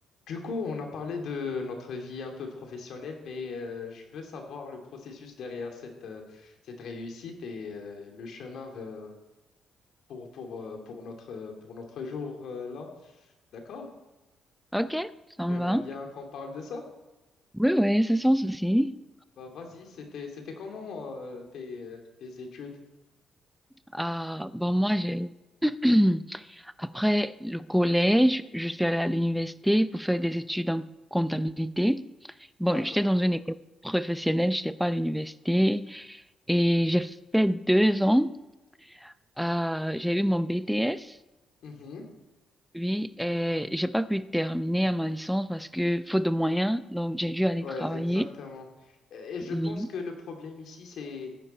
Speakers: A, on the left (about 70°); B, in the centre.
A: Du coup, on a parlé de notre vie un peu professionnelle, mais euh, je veux savoir le processus derrière cette, euh, cette réussite et euh, le chemin ve- pour, pour, euh, pour notre, pour notre jour euh, là. D'accord?
B: Ok, ça
A: J'aimerais
B: me va.
A: bien qu'on parle de ça.
B: Oui, oui, c'est sans souci.
A: Bah, vas-y, c'était, c'était comment euh, tes, euh, tes études?
B: Ah, bon, moi, j'ai... <clears throat> Après le collège, je suis allée à l'université pour faire des études en comptabilité. Bon,
A: D'accord.
B: j'étais dans une école professionnelle, j'étais pas à l'université. Et j'ai fait deux ans. Euh, j'ai eu mon BTS.
A: Mhm.
B: Oui, et j'ai pas pu terminer à ma licence parce que faute de moyens, donc j'ai dû aller
A: Ouais,
B: travailler.
A: exactement. Et je
B: Oui,
A: pense que le problème ici, c'est,